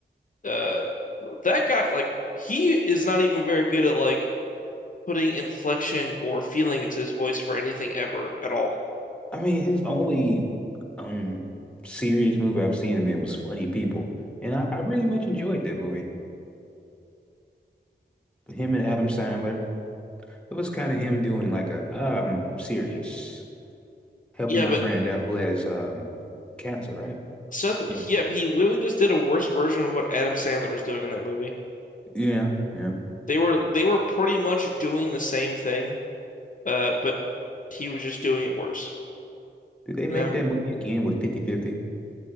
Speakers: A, on the left; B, in the centre.
A: uh, that guy, like, he is not even very good at like putting inflection or feeling into his voice for anything ever at all.
B: I mean, his only um serious movie I've seen him in was Funny People, and I, I really much enjoyed that movie. him and Adam Sandler. It was kind of him doing like a uh, I'm serious, helping
A: Yeah,
B: my
A: but
B: friend
A: uh,
B: out who has um cancer, right?
A: Seth,
B: Yeah.
A: yeah, he literally just did a worse version of what Adam Sandler was doing in that movie.
B: Yeah, yeah.
A: They were they were pretty much doing the same thing, uh, but he was just doing it worse,
B: Did they
A: you
B: make
A: know?
B: that movie again with Fifty Fifty?